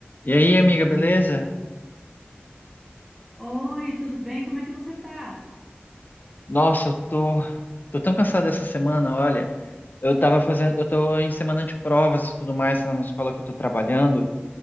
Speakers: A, on the left; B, in the centre.
A: E aí, amiga, beleza?
B: Oi, tudo bem? Como é que você tá?
A: Nossa, eu tô, tô tão cansado dessa semana, olha. Eu tava fazendo, eu tô em semana de provas e tudo mais lá na escola que eu tô trabalhando.